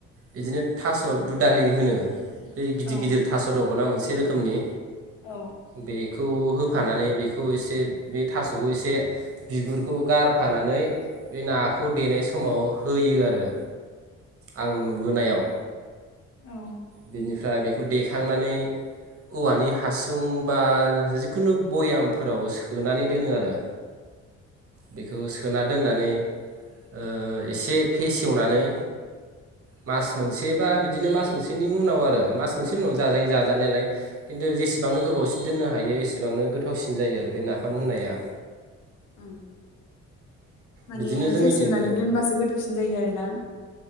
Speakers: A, on the right; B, on the left.
A: बिदिनो थास दु दालि होनो बेै गिदिर
B: औ
A: गिदिर थास दङना मोनसे से रोखोमनि
B: औ
A: बेखौ होफ होफानानै बेखौ एसे बे थासखौ एसे बिगुरखौ गारफानानै बे नाखौ देनाय समाव होयो आरो। आं नुबोनायाव।
B: औ
A: बेनिफ्राय बेखौ देखांनानै औवानि हासुं बा जिखुनु भयामफोराव सोनानै दोनो आरो बेखौ सोना दोननानै ओ एसे फेसेवनानै मास मोनसे बा बिदिनो मास मोसेनि उनाव आरो मास मोनसेनि उनाव जाजायो जाजानायालाय खिन्थु जेसेबांनो गोबावसिनो दोननो हा हायो एसेबांनो गोथावसिन जायो आरो बे नाफाम होननाया।
B: उम माने
A: बिदिनो जोंनिथिंबो
B: फेसेवनानै दोनबासो गोथावसिन जायो आरोना।